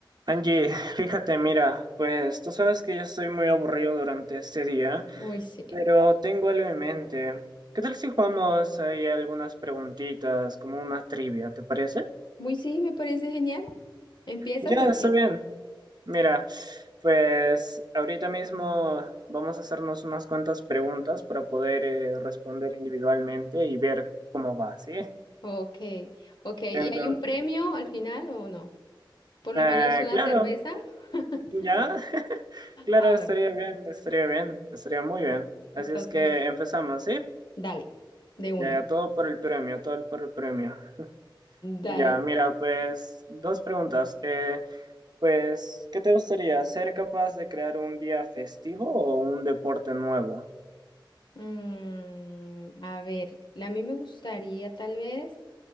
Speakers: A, on the right; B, on the left.
A: Angie, fíjate, mira, pues tú sabes que yo estoy muy aburrido durante este día,
B: Uy, sí.
A: pero tengo algo en mente. ¿Qué tal si jugamos ahí algunas preguntitas, como una trivia, ¿te parece?
B: Muy sí, me parece genial. ¿Empiezas
A: Ya,
B: o empiezo?
A: está bien. Mira, pues ahorita mismo vamos a hacernos unas cuantas preguntas para poder eh, responder individualmente y ver cómo va, ¿sí?
B: Ok, ok. ¿Y
A: Entonces,
B: hay un premio al final o no? Por
A: eh,
B: lo menos una
A: claro,
B: cerveza. <laughs>
A: ya, <laughs> claro,
B: Ah, bueno.
A: estaría bien, estaría bien, estaría muy bien. Así
B: Entonces,
A: es que empezamos, ¿sí?
B: dale, de una.
A: Ya, ya, todo por el premio, todo por el premio.
B: Dale.
A: Ya, mira, pues dos preguntas. Eh, pues, ¿qué te gustaría? ¿Ser capaz de crear un día festivo o un deporte nuevo?
B: Mm, a ver, la- a mí me gustaría tal vez,